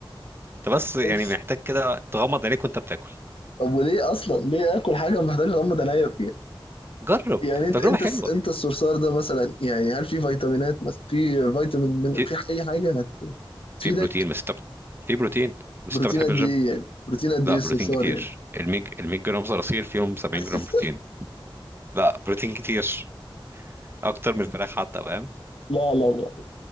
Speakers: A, on the right (about 25°); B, on the left (about 80°).
A: انت بس يعني
B: ايه
A: محتاج كده تغمض عينيك وانت بتاكل
B: طب وليه اصلا ليه اكل حاجه محتاج اغمض عينيا فيها
A: جرب
B: يعني انت
A: تجربة
B: انت
A: حلوة
B: الس- انت الصرصار ده مثلا يعني هل في فيتامينات مثلا في فيتامين من
A: في
B: في اي حاجه هتفيدك
A: في بروتين بس انت بت- في بروتين بس
B: بروتين
A: انت بتحب
B: قد
A: الجيم
B: ايه يعني بروتين قد
A: لا
B: ايه الصرصار
A: بروتين كتير
B: يعني
A: الميج الميج جرام صراصير فيهم 70
B: <laughs>
A: جرام بروتين لا بروتين كتير اكتر من الفراخ حتى فاهم
B: لا لا لا ما